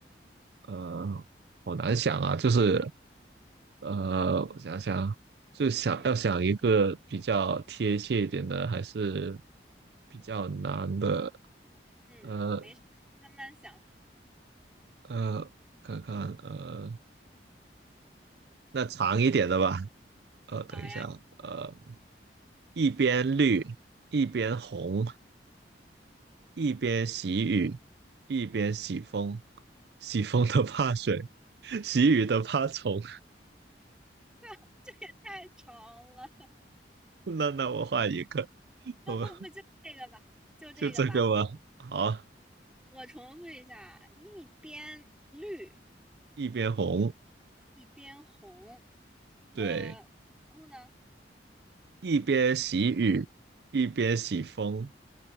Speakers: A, on the right; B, in the centre.
A: 呃，好难想啊，就是呃，我想想，就想要想一个比较贴切一点的，
B: 嗯
A: 还是比较难的，
B: 嗯，
A: 呃
B: 没事，慢慢想。
A: 呃，看看，呃，那长一点的吧，呃，等一下，
B: 好呀，
A: 呃。一边绿，一边红，一边喜雨，一边喜风。喜风的怕水，<laughs> 喜雨的怕虫。
B: <laughs> 这也太长了。<laughs>
A: <laughs> 那那我画一个，
B: 不不不，
A: 我们
B: 就这个吧，就这个吧。
A: 就这个吧。好，
B: 我重复一下啊，一边绿
A: 一边红，
B: 一边红，
A: 对，
B: 呃，然后呢，
A: 一边喜雨，一边喜风，